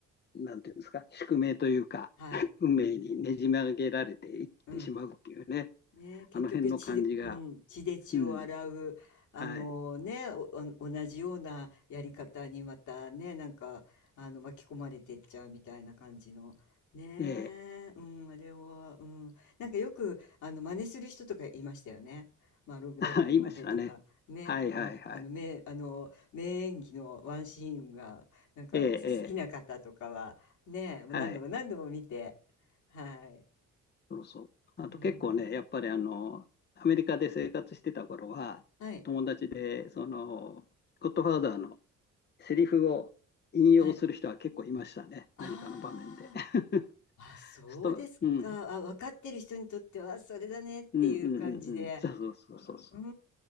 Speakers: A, on the left; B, on the left.
A: う、なんていうんですか、宿命というか、
B: はい、
A: <laughs> 運命にねじ曲げられていってしまうっていうね、
B: うん。ね、結局血で、
A: あの辺の感じが、
B: うん、血で血を洗う、
A: うん、
B: あのね、
A: はい、
B: お、お同じようなやり方にまたね、なんか、あの、巻き込まれてっちゃうみたいな感じの、ねえ、
A: ええ、
B: うん、あれは、うん、なんかよく、あの、真似する人とかいましたよね。マロン・
A: <laughs>
B: ブランドの真似とか、
A: あ言いましたね。
B: ね、
A: はいはいはい。
B: うん、あの、名、あの、名演技のワンシーンが、なんか好きな方とかは、
A: ええ、ええ、
B: ね、もう何度も何度も見て、
A: はい、
B: はい、
A: そうそう。あと結構ね、
B: うん、
A: やっぱりあの、アメリカで生活してた頃は、
B: はい、
A: 友達で、その、ゴッドファーザーのセリフを引用する人は結構いましたね、
B: はい。あ
A: 何かの場面で。<laughs>
B: あ、あ、そうですか。
A: スト、うん、うん、
B: あ、分かってる人にとっては、それだねっていう感じで。
A: うん、うん、うん、そうそうそうそう。
B: うー